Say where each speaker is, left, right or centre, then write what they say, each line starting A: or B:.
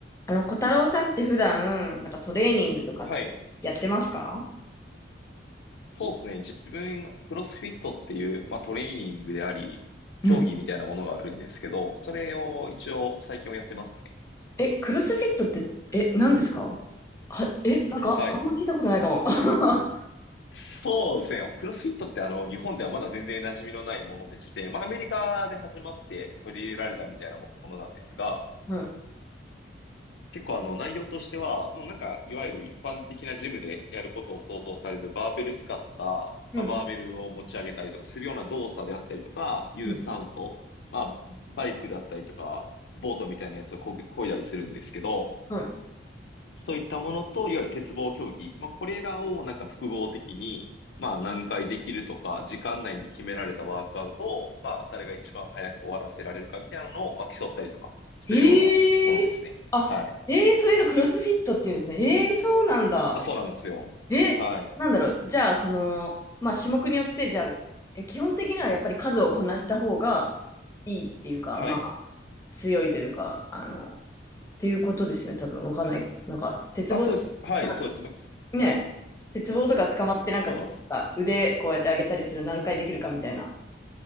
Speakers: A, on the left; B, on the left.
A: あの、小太郎さんって普段、なんかトレーニングとか
B: はい。
A: やってますか
B: そうですね。自分、クロスフィットっていう、まあ、トレーニングであり、
A: うん
B: 競技みたいなものがあるんですけど、それを一応最近はやってますね。
A: え、クロスフィットって、え、何ですかは、え、なんか、
B: はい。
A: あんま聞いたことないかも。<laughs> は
B: そうですね。クロスフィットってあの、日本ではまだ全然馴染みのないものでして、まあ、アメリカで始まって取り入れられたみたいなものなんですが、
A: い
B: 結構あの内容としては、もうなんか、いわゆる一般的なジムでやることを想像されるバーベル使った、
A: うん、
B: まあバーベルを持ち上げたりとかするような動作であったりとか、有酸素、
A: うん、
B: まあバイクだったりとか、ボートみたいなやつをこぐ、漕いだりするんですけど、
A: は
B: そういったものと、いわゆる鉄棒競技、まあこれらをなんか複合的に、まあ何回できるとか、時間内に決められたワークアウトを、まあ誰が一番早く終わらせられるかみたいなのを、まあ競ったりとかするようなものですね。
A: い。えー、あ、
B: はい。
A: えー、そういうのクロスフィットって言うんですね。えー、そうなんだ。
B: あ、そうなんですよ。
A: え、
B: はい。
A: なんだろう。じゃあ、その、まあ、種目によって、じゃあ、え、基本的にはやっぱり数をこなした方がいいっていうか、
B: はい。
A: まあ、強いというか、あの、ていうことですよね、多分。わかんない。
B: はい。
A: なんか、鉄棒、
B: あ、そうです。はい、
A: なんか
B: そうです。もう、
A: ね、
B: はい。
A: 鉄棒とか捕まってなんかこうさ、
B: そうなんです。
A: 腕こうやって上げたりする何回できるかみたいな、